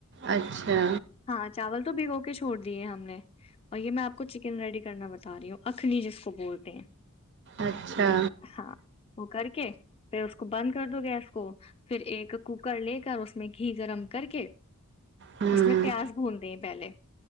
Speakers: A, on the right; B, on the left.
A: اچھا
B: ہاں چاول تو بھگو چھوڑ دیے ہم نے اور یہ میں آپ کو چکن ریڈی کرنا بتا بتا رہی ہیں اخنی جس کو بولتے ہیں
A: اچھا
B: ہاں وہ کر کے پھر اس کو بند کر دو گیس کو پھر ایک کوکر لے کر اس میں گھی گرم کر کے
A: ہوں
B: اس میں پیاز بھون دیں پہلے